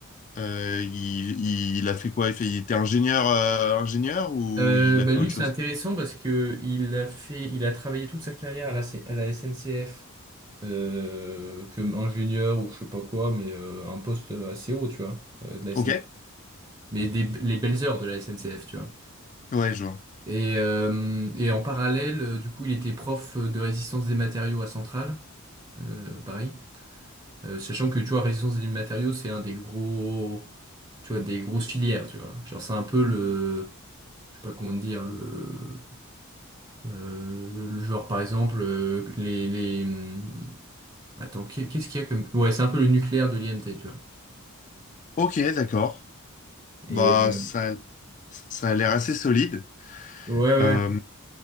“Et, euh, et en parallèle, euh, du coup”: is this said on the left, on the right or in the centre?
Right